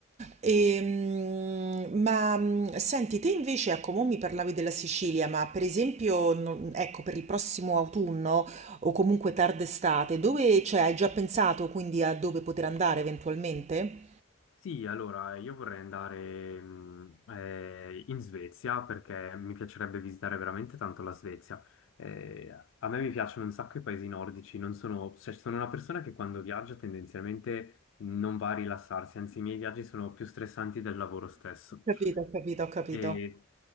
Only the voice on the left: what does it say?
Sì, allora io vorrei andare mm, eh, in Svezia perché mi piacerebbe visitare veramente tanto la Svezia. Eh, a me mi piacciono un sacco i paesi nordici, non sono, cioè, sono una persona che quando viaggia tendenzialmente non va a rilassarsi, anzi i miei viaggi sono più stressanti del lavoro stesso.
E